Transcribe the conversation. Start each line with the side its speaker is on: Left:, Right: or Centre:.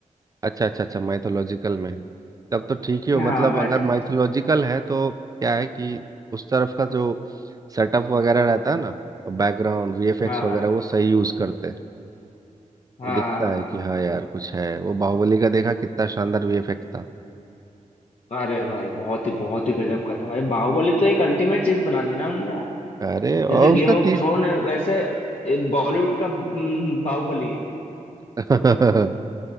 Right: अच्छा अच्छा अच्छा माइथोलॉजिकल में है तब तो ठीक ही हो
Left: हाँ
Right: मतलब
Left: माइथो
Right: अगर माइथोलॉजिकल है तो क्या है कि उस तरफ का जो सेटअप वगैरह रहता है ना बैकग्राउंड वीएफएक्स
Left: हाँ
Right: वगैरह
Left: हाँ
Right: वो सही यूज करते
Left: हाँ
Right: हैं दिखता
Left: हाँ।
Right: है कि हाँ यार कुछ है वो बाहुबली का देखा कितना शानदार वीएफएक्स था
Left: अरे भाई बहुत ही बहुत ही गजब का था भाई बाहुबली तो एक अल्टीमेट चीज बना दी ना उनने यार
Right: अरे और
Left: जैसे
Right: उसका
Left: गेम ऑफ
Right: तीस
Left: थ्रोन है वैसे बॉलीवुड का हम्म, बाहुबली है
Right: <laughs>